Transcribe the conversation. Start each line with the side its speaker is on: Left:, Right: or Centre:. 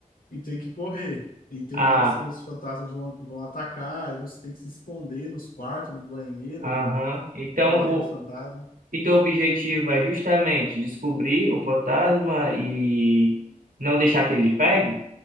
Left: e tem que correr. E tem
Right: Ah,
Left: horas que os fantasmas vão, vão atacar e você tem que se esconder nos quartos, no banheiro,
Right: aham. então
Left: corre
Right: o
Left: do fantasma.
Right: então, o objetivo é justamente descobrir o fantasma e não deixar que ele lhe pegue?